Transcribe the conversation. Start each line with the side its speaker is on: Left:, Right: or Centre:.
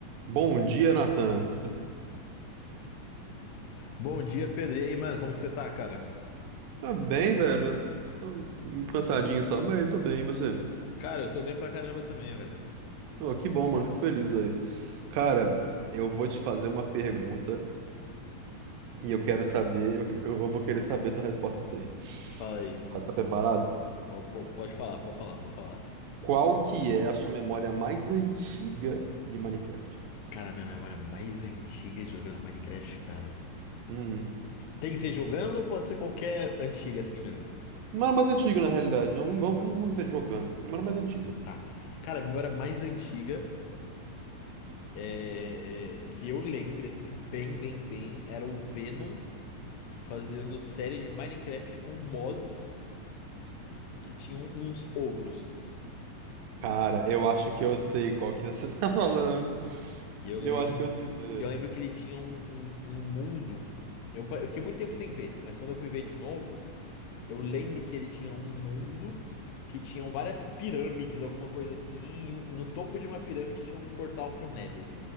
Right: Bom dia, Nathan. Tudo
Left: Bom dia, Pedro. E aí, mano, como que você tá, cara?
Right: tá bem, velho? Tô um cansadinho só, mas tô bem, e você?
Left: Cara, eu tô bem pra caramba também, velho.
Right: Oh, que bom, mano. Fico feliz, velho. Cara, eu vou te fazer uma pergunta e eu quero saber, eu, eu- eu vou querer saber a tua resposta disso aí.
Left: Fala aí.
Right: Tá, tá preparado?
Left: Po- po- Pode falar, pode falar, pode falar.
Right: Qual que é a sua memória mais antiga de Minecraft?
Left: Cara, a minha memória é mais antiga é jogando Minecraft, cara.
Right: Uhum.
Left: Tem que ser jogando ou pode ser qualquer antiga assim mesmo?
Right: Não era mais antiga, na realidade. Não, vamos, vamos vamos dizer jogando. Não era mais antiga.
Left: Tá. Cara, a memória mais antiga é... que eu lembro, assim, bem, bem, bem, era o Venom fazendo série de Minecraft com mods que tinham uns ogros.
Right: Cara, eu acho que eu sei qual que você <laughs> tá falando.
Left: E eu
Right: Eu
Left: lembro,
Right: acho que eu sei que será essa.
Left: e eu lembro que ele tinha um, um, um mundo. Eu, pa- eu fiquei muito tempo sem ver, mas quando eu fui ver de novo, eu lembro que ele tinha um mundo que tinham várias pirâmides, alguma coisa assim, e, um- e no topo de uma pirâmide tinha um portal pro Nether.